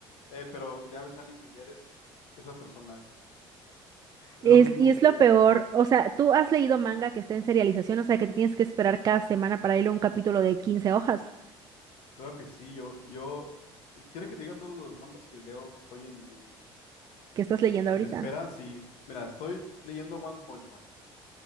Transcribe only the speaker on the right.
Es,
y es lo peor, o sea, tú has leído manga que está en serialización, o sea, que te tienes que esperar cada semana para leer un capítulo de 15 hojas.
¿Qué estás leyendo
ahorita?